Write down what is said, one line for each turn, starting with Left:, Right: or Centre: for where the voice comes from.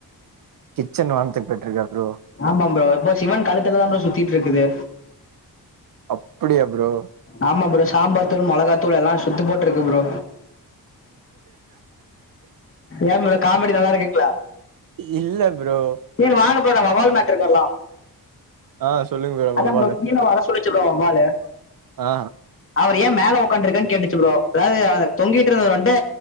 Right: கிச்சன் வான்த்க் போயிட்டுக்கா ப்ரோ
Left: ஆமா ப்ரோ இப்போ சிவன் கழுத்துலதா ப்ரோ சுத்திட்ருக்குது
Right: அப்படியா ப்ரோ
Left: ஆமா ப்ரோ சாம்பார் தூள் மெளகாத்தூள் எல்லா சுத்து போட்டுருக்கு ப்ரோ ஏ ப்ரோ காமெடி நல்லா இருக்குங்களா
Right: இல்ல ப்ரோ
Left: ய வாங்க ப்ரோ வவ்வால் மேட்ருக்கு வர்லா
Right: ஆ சொல்லுங்க
Left: அதாம்
Right: வவ்வாலு
Left: ப்ரோ கீழ வர சொல்லிச்சு ப்ரோ வவ்வாலு
Right: ஆ
Left: அவரு ஏ மேல உக்காண்ருக்கன் கேட்டுச்சு ப்ரோ அதாது தொங்கிட்ருந்தவர் வந்ட்டு